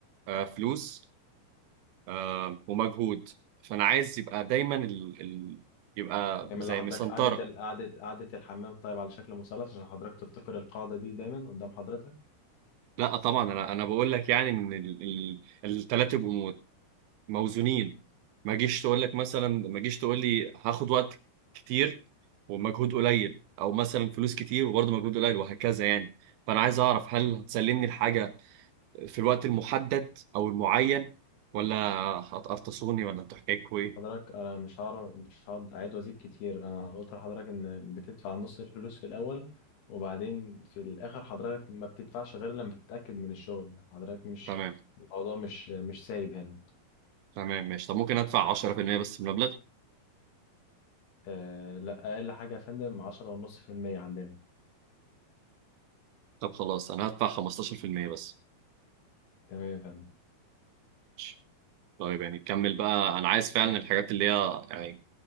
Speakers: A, on the right (about 75°); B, on the left (about 80°).
A: آه، فلوس آه، ومجهود فانا عايز يبقى دايما ال... ال... يبقى
B: نعمل
A: زي
B: لحضرتك
A: مسنطره
B: قعده ال- قعده قعده الحمام طيب على شكل مثلث عشان حضرتك تفتكر القاعده دي دايما قدام حضرتك
A: لا طبعا انا انا بقول لك يعني ان ال... ال... الثلاثه يبقوا مو- موزونين ما جيش تقول لك مثلا ما جيش تقول لي هاخد وقت كتير ومجهود قليل او مثلا فلوس كتير وبرضه مجهود قليل وهكذا يعني فانا عايز اعرف هل هتسلمني الحاجه في الوقت المحدد او المعين ولا هتقرطصوني ولا انتوا حكايتكوا ايه
B: حضرتك انا مش هعرف مش هقعد اعيد وازيد كتير انا قلت لحضرتك ان بتدفع نص الفلوس في الاول وبعدين في الاخر حضرتك ما بتدفعش غير لما تتاكد من الشغل حضرتك مش
A: تمام
B: الموضوع مش مش سايب هنا
A: تمام ماشي طب ممكن ادفع 10% بس من المبلغ
B: آه لا اقل حاجه يا فندم 10 ونص في المية عندنا
A: طب خلاص انا هدفع 15% بس
B: تمام يا فندم
A: ماشي. طيب يعني كمل بقى انا عايز فعلا الحاجات اللي هي يعني